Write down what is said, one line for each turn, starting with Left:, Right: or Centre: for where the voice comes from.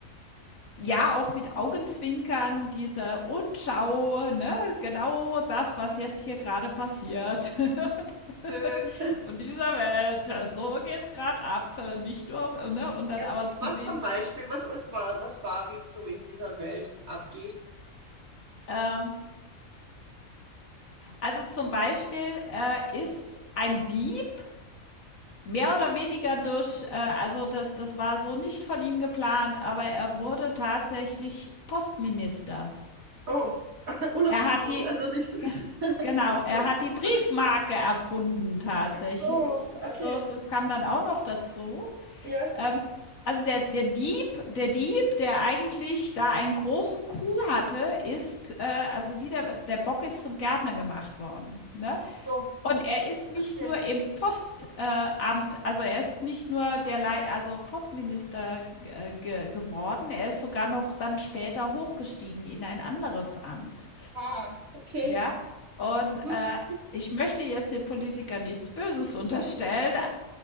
Left: ja, auch mit Augenzwinkern, diese und schau, ne, genau das, was jetzt hier gerade passiert. <laughs>
Right: schön.
Left: von dieser Welt. Ja, So geht's gerade ab, äh, nicht nur auf, ne? Und dann
Right: Ja,
Left: aber zu
Right: was
Left: sehen,
Right: ist ein Beispiel? Was, was war, was war, wie es so in dieser Welt abgeht?
Left: ähm, also zum Beispiel äh, ist ein Dieb mehr oder weniger durch, äh, also das, das war so nicht von ihm geplant, aber er wurde tatsächlich Postminister.
Right: Oh, <laughs> unabsichtlich,
Left: Er hat die,
Right: also nichts.
Left: <laughs>
Right: <laughs>
Left: genau, er
Right: So,
Left: hat
Right: zufällig.
Left: die Briefmarke erfunden tatsächlich.
Right: Ach so, okay,
Left: Also das kam dann auch noch dazu.
Right: ja,
Left: Ähm, also der, der Dieb, der Dieb, der eigentlich da einen großen Coup hatte, ist, äh, also wie der, der Bock ist zum Gärtner gemacht worden. Ne?
Right: ach so,
Left: Und er ist nicht
Right: okay.
Left: nur im Postamt, äh, Amt, also er ist nicht nur der Lei also Postminister äh, ge geworden, er ist sogar noch dann später hochgestiegen in ein anderes Amt.
Right: Ah, okay,
Left: Ja, und
Right: gut.
Left: äh, ich möchte jetzt den Politikern nichts Böses unterstellen,